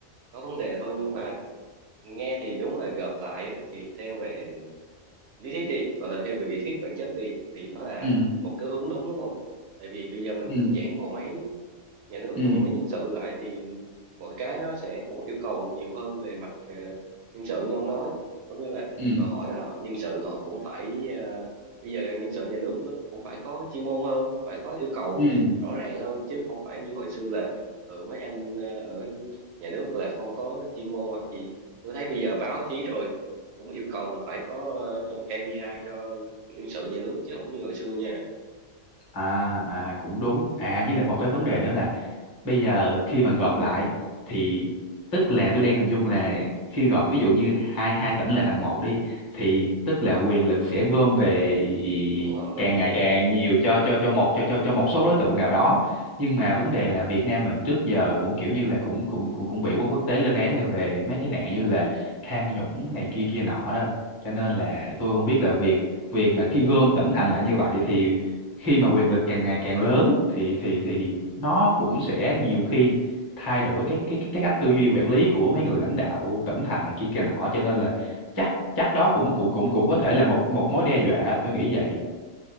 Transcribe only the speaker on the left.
ừ
ừ
ừ
ừ
ừ
à à cũng đúng à với lại một cái vấn đề nữa là bây giờ khi mà gộp lại thì tức là tôi đang hình dung là khi gộp ví dụ như hai hai tỉnh lại thành một đi thì tức là quyền lực sẽ gom về
càng ngày càng nhiều cho cho cho một cho cho cho một số đối tượng nào đó nhưng mà vấn đề là Việt Nam mình trước giờ cũng kiểu như là cũng cũng cũng cũng bị quốc quốc tế lên án là về mấy cái nạn như là tham nhũng này kia kia nọ đó cho nên là tôi không biết là việc việc mà khi gom tỉnh thành lại như vậy thì khi mà quyền lực càng ngày càng lớn thì thì thì nó cũng sẽ nhiều khi thay đổi cái cái cái cái cách tư duy quản lý của mấy người lãnh đạo tỉnh thành này kia kia nọ cho nên là chắc chắc đó cũng cũng cũng cũng có thể là một một mối đe dọa tôi nghĩ vậy